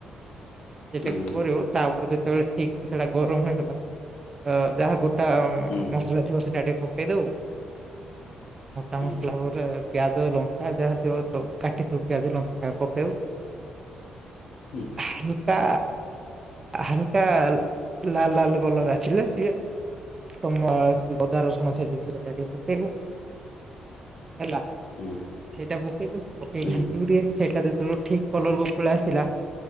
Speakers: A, on the right; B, on the left.
A: ସେଇଟା
B: ହୁଁ
A: କଣ କରିବୁ ତାପରେ ଯେତେବେଳେ ଠିକ ସେ ସେଟା ଗରମ ହେଇଗଲା ଯାହା ଗୋ
B: ହୁଁ
A: ମସଲା ଥିବ ସେଇଟା ଟିକେ ପକେଇ ଦଉ ମୋଟା
B: ହୁଁ
A: ମସଲା ବୋଇଲେ ପିଆଜ ଲଙ୍କା ଯାହା ଥିବ ସବୁ କାଟିଥିବ ପିଆଜ ଲଙ୍କା ପକେଇଉ।
B: ହୁଁ।
A: ହଲକା ହାଲକା ଲାଲ ଲାଲ କଲର ଆସିଲେ ସିଏ <unintelligible> ଅଦା ରସୁଣ ଛେଚିଥିବୁ ତାକୁ ପକେଇବୁ ହେଲା।
B: ହୁଁ
A: ସେଇଟା ପକେଇଲୁ ପକେଇକି
B: ହୁଁ
A: ଘାଟିି <unintelligible> ସେଇଟା ଯେତେବେଳେ ଠିକ୍ କଲରକୁ ପଳାଇ ଆସିଲା